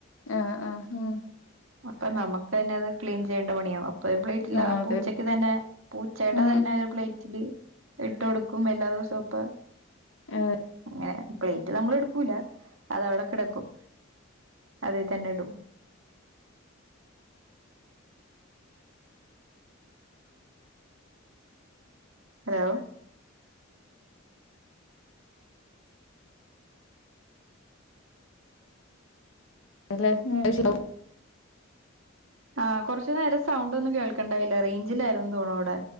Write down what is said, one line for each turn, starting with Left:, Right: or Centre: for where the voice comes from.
Left: ആ ആ ആ
Right: അപ്പൊ നമുക്കെന്നെ അത് ക്ലീൻ ചെയ്യേണ്ട പണിയാവും അപ്പൊ ഒരു പ്ലെറ്റില്
Left: ആഹ്
Right: ആ
Left: അതെ
Right: പൂച്ചക്ക് തെന്നെ പൂചേടെ
Left: ഉം
Right: തെന്നെ
Left: ഉം
Right: ന്നെ ഒരു പ്ലേറ്റില് ഇട്ട് കൊടുക്കും എല്ലാ ദിവസവും ഇപ്പാ
Left: ഏഹ്
Right: ഏ പ്ലേറ്റ് നമ്മൾ എടുക്കൂല, അതവിടെ കിടക്കും. അതി തന്നെ ഇടും. ഹലോ
Left: അല്ലെ <unintelligible>
Right: ആഹ് കൊറച്ചു നേരം സൗണ്ട് ഒന്നും കേൾക്കണ്ടായില്ല റേയ്ഞ്ചില്ലായിരുന്നു തോന്ന്ണു അവടെ.